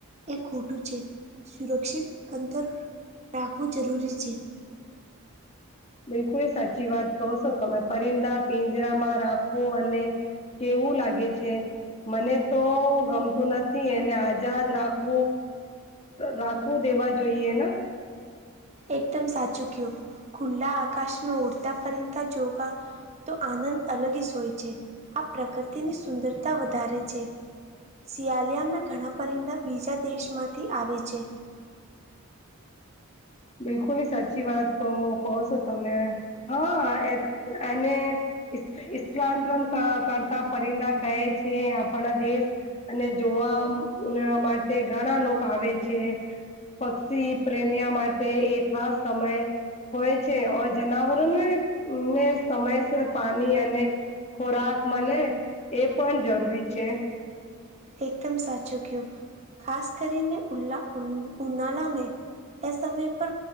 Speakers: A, on the right; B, on the left.
A: એ ખોટું છે સુરક્ષિત અંતર રાખવું જરૂરી છે.
B: બિલકુલ એ સાચી વાત કહો છો તમે પરિંદા પિંજરામાં રાખું અને કેવું લાગે છે મને તો ગમતું નથી એને આઝાદ રાખવું રાખવું દેવા જોઈએ ને
A: એકદમ સાચું કય્યું ખુલ્લા આકાશમાં ઉડતા પરિતા જોવા તો આનંદ અલગ સ હોય છે આ પ્રકૃતિની સુંદરતા વધારે છે. શિયાલિયામાં ઘણા પરિંદા બીજા દેશમાંથી આવે છે.
B: બિલકુલ ની સાચી વાત કો કહો છો તમે હા અનેને સ્થાંતરણ કરતા પરિંદા કહે છે આપણા દેશ અને જોવા માટે ઘણા લોકો આવે છે પક્ષી પ્રેમિયા માટે એક ખાસ સમય હોય છે જનાવરોનેને સમયસર પાણી અને ખોરાક મળે એ પણ જરૂરી છે.
A: એકદમ સાચું કયું ખાસ કરીને ઉલ્લા ઉનાલા મે એ સમય પર